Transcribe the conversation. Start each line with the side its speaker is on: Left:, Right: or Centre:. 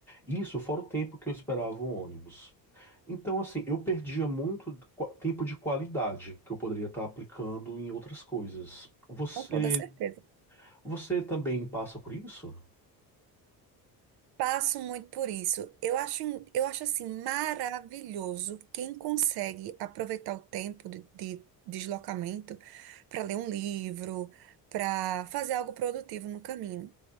Centre: Isso fora o tempo que eu esperava o ônibus. Então, assim, eu perdia muito qua- tempo de qualidade que eu poderia estar aplicando em outras coisas. Você,
Right: Com toda certeza.
Centre: você também passa por isso?
Right: Passo muito por isso. Eu acho, eu acho assim maravilhoso quem consegue aproveitar o tempo de, de deslocamento para ler um livro, para fazer algo produtivo no caminho.